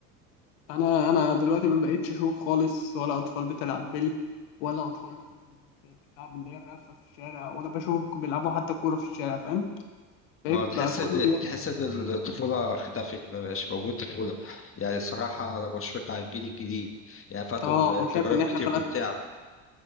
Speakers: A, on the left (about 70°); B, on the left (about 30°).
A: انا انا دلوقتي ما بقيتش اشوف خالص ولا اطفال بتلعب بلي ولا اطفال مثلا بتلعب اللي هي الرفه في الشارع ولا بشوف بيلعبوا حتى كوره في الشارع فاهم بقيت
B: اه تحس
A: بقى كله
B: ان
A: بيعمل
B: تحس ان الطفولة اختفت ما بقاش موجود طفولة يعني الصراحة أنا بشفق على الجيل الجديد يعني فاتهم
A: اه انا
B: تجارب
A: شايف ان احنا
B: كتير
A: فلت
B: ممتعة